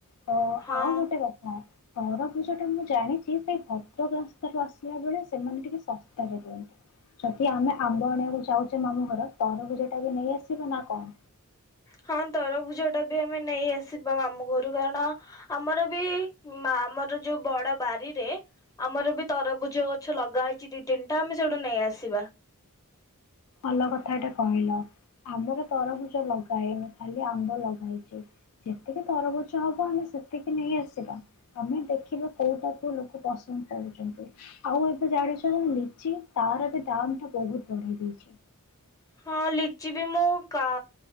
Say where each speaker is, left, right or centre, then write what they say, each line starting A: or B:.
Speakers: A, on the left (about 75°); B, on the left (about 15°).
A: ତ
B: ହଁ
A: ଆଉ ଗୋଟେ କଥା ତରଭୁଜ ଟା ମୁଁ ଜାଣିଛି ସେଇ ରାସ୍ତାରୁ ଆସିଲା ବେଳେ ସେମାନେ ଟିକେ ଶସ୍ତାରେ ଦିଅନ୍ତି ଯଦି ଆମେ ଆମ୍ବ ଆଣିବାକୁ ଯାଉଛେ ମାମୁଁ ଘର ତରଭୁଜ ଟା ବି ନେଇ ଆସିବ ନା କଣ?
B: ହଁ ତରଭୁଜ ଟା ବି ଆମେ ନେଇ ଆସିବା ମାମୁଁ ଘରୁ କାରଣ ଆମର ବି ଆମର ଯୋଉ ବଡ ବାରିରେ ଆମର ବି ତରଭୁଜ ଗଛ ଲଗା ହେଇଛି ଦିଇ ତିନିଟା ଆମେ ସେଇଠୁ ନେଇ ଆସିବା।
A: ଭଲ କଥାଟେ କହିଲ ଆମର ତରଭୁଜ ଲଗା ହେଇନି ଖାଲି ଆମ୍ବ ଲଗା ହେଇଛି ଯେତିକି ତରଭୁଜ ହବ ଆମେ ସେତିକି ନେଇ ଆସିବା ଆମେ ଦେଖିବା କୋଉଟା କୁ ଲୋକ ପସନ୍ଦ କରୁଛନ୍ତି ଆଉ ଏବେ ଜାଣିଛ ଯେ ଲିଚି ତାର ବି ଦାମ ଟା ବହୁତ ବଢି <unintelligible>
B: ହଁ ଲିଚି ବି ମୁଁ କା